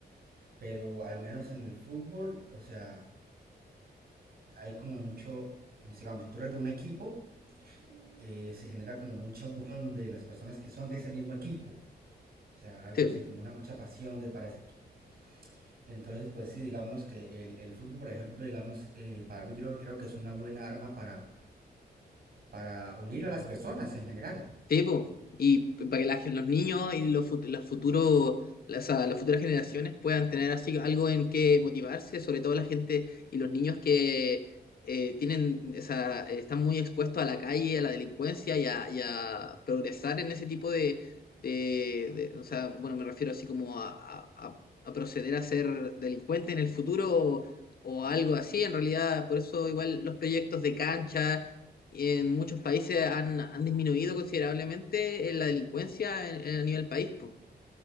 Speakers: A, on the right (about 60°); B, on the left (about 60°).
A: pero al menos en el fútbol, o sea, hay como mucho, digamos, si tú eres de un equipo, eh, se genera como mucha unión de las personas que son de ese mismo equipo. O sea, algo
B: sí.
A: así, como una mucha pasión de para ese equipo. Entonces, pues sí, digamos que el, el fútbol, por ejemplo, digamos, eh, para mí yo lo creo que es una buena arma para, para unir a las personas en general.
B: Sí, po. Y p- para que la los niños y los, fut- los futuros, las, a- las futuras generaciones puedan tener así algo en que motivarse, sobre todo la gente y los niños que eh, tienen, o sea, están muy expuestos a la calle, a la delincuencia y a, y a progresar en ese tipo de, de- de- o sea, bueno, me refiero así como a, a- a- a proceder a ser delincuente en el futuro o, o algo así, en realidad, por eso igual los proyectos de cancha en muchos países han, han disminuido considerablemente eh, la delincuencia en, en- a nivel país, po.